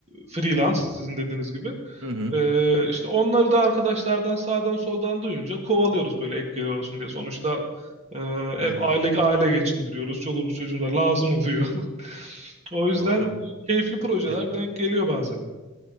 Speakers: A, on the right; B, on the right.
A: freelance sizin dediğiniz gibi.
B: Hı hı.
A: E, işte onları da arkadaşlardan sağdan soldan duyunca kovalıyoruz böyle ek gelir olsun diye. Sonuçta e,
B: Evet,
A: hep aile aile geçindiriyoruz. Çoluğumuz çocuğumuz var lazım oluyor. <laughs> O yüzden
B: doğru.
A: e, keyifli projeler
B: E,
A: denk geliyor bazen.